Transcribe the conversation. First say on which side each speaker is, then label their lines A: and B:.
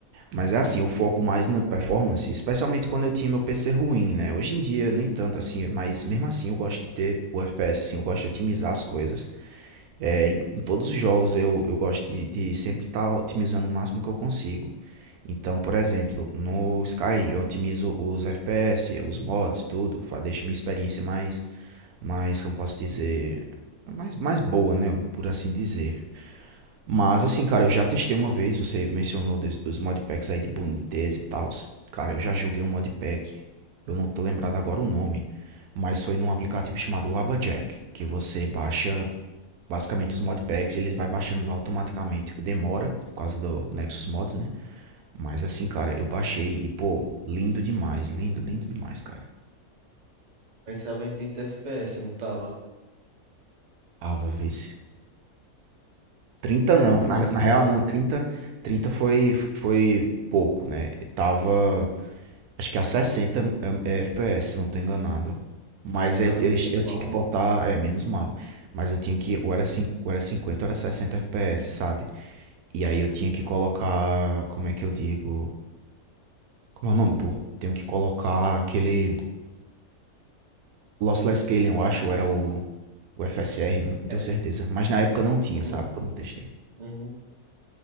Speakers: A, on the right (about 80°); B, on the right (about 35°).
A: Mas é assim, eu foco mais na performance, especialmente quando eu tinha meu PC ruim, né? Hoje em dia, nem tanto assim, mas mesmo assim eu gosto de ter o FPS, assim, eu gosto de otimizar as coisas. É, em, em todos os jogos eu, eu gosto de, de sempre estar otimizando o máximo que eu consigo. Então, por exemplo, no Skyrim eu otimizo os FPS, os mods, tudo, fa- deixo minha experiência mais, mais, como posso dizer, mais, mais boa, né, por assim dizer. Mas assim, cara, eu já testei uma vez, você mencionou des, dos modpacks aí de boniteza e tal. Cara, eu já joguei um modpack, eu não tô lembrado agora o nome, mas foi num aplicativo chamado Abajack, que você baixa Basicamente, os modpacks ele vai baixando lá automaticamente. Demora por causa do Nexus Mods, né? Mas assim, cara, eu baixei e, pô, lindo demais, lindo, lindo demais, cara.
B: Mas tava em 30 FPS, não tava?
A: Ava, vê se. 30
B: É,
A: não,
B: mano,
A: na,
B: é assim
A: na real
B: mesmo.
A: não, trinta 30 foi, foi pouco, né? Tava, acho que a 60 é, é FPS, se não tô enganado. Mas eu,
B: Ah,
A: eu,
B: menos
A: eu
B: mal.
A: tinha que botar, é, menos mal. Mas eu tinha que, ou era, cinco ou era 50 ou era 60 FPS, sabe? E aí eu tinha que colocar, como é que eu digo? Como é o nome, pô? Tenho que colocar aquele Lossless Scaling, eu acho, ou era o, o FSR, não tenho
B: É.
A: certeza. Mas na época não tinha,
B: Hum,
A: sabe? Quando eu testei.
B: uhum.